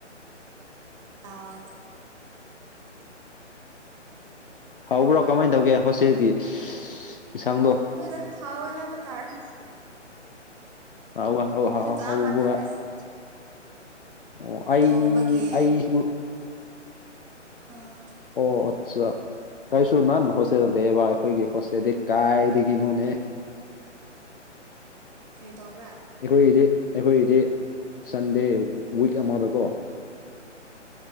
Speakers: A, on the right; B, on the left.
A: ꯗꯥꯜ
B: ꯍꯥꯎꯕ꯭ꯔꯣ ꯀꯃꯥꯏꯅ ꯇꯧꯒꯦ ꯍꯣꯁꯇꯦꯜꯒꯤ ꯏꯟꯁꯥꯡꯗꯣ
A: ꯍꯣꯏꯗ ꯍꯥꯎꯋꯦ ꯍꯥꯏꯕ ꯇꯥꯔ
B: <unintelligible>
A: ꯆꯞ ꯃꯥꯟꯅꯔꯦ
B: ꯑꯣ ꯑꯩ
A: ꯊꯣꯡꯕꯒꯤ
B: ꯑꯩꯁꯨ
A: ꯑꯥ
B: ꯑꯣ ꯑꯠꯆꯥ ꯀꯔꯤꯁꯨ ꯅꯍꯥꯟ ꯍꯣꯁꯇꯦꯜ ꯂꯩꯌꯦꯕ ꯑꯩꯈꯣꯏꯒꯤ ꯍꯣꯁꯇꯦꯜꯗꯤ ꯀꯥꯏꯗꯒꯤꯅꯣꯅꯦ
A: ꯀ꯭ꯔꯤ ꯇꯧꯕ꯭ꯔꯥ
B: ꯑꯩꯈꯣꯏꯒꯤꯗꯤ ꯑꯩꯈꯣꯏꯒꯤꯗꯤ ꯁꯟꯗꯦ ꯋꯤꯛ ꯑꯃꯗꯀꯣ